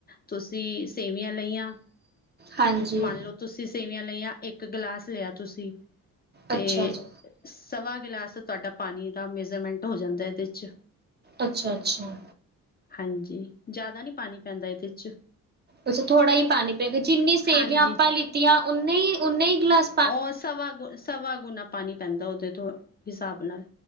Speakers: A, on the left (about 25°); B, on the right (about 30°).
A: ਤੁਸੀਂ ਸੇਮੀਆਂ ਲਈਆ
B: ਹਾਂਜੀ
A: ਮੰਨ ਲੋ ਤੁਸੀਂ ਸੇਮੀਆਂ ਲਈਆਂ ਇੱਕ ਗਲਾਸ ਲਯਾ ਤੁਸੀਂ ਤੇ
B: ਅੱਛਾ ਜੀ
A: ਸਵਾ ਗਿਲਾਸ ਤੁਆਡਾ ਪਾਣੀ ਦਾ ਮੇਜਰਮੈਂਟ ਹੋ ਜਾਂਦਾ ਏਦੇ ਚ
B: ਅੱਛਾ-ਅੱਛਾ।
A: ਹਾਂਜੀ ਜ਼ਿਆਦਾ ਨੀ ਪਾਣੀ ਪੈਂਦਾ ਇਦੇ ਚ।
B: ਅੱਛਾ ਥੋੜਾ ਈ ਪਾਣੀ ਪਏਗਾ ਜਿੰਨੀ ਸੇਮੀਆਂ
A: ਹਾਂਜੀ
B: ਆਪਾਂ ਲਿੱਤੀਆਂ ਓਨੇ ਈ ਓਨੇ ਈ ਗਲਾਸ
A: ਓ ਸਵਾ ਗੁ ਸਵਾ ਗੁਣਾ ਪਾਣੀ ਪੈਂਦਾ ਓਦੇ ਤੋਂ ਹਿਸਾਬ ਨਾਲ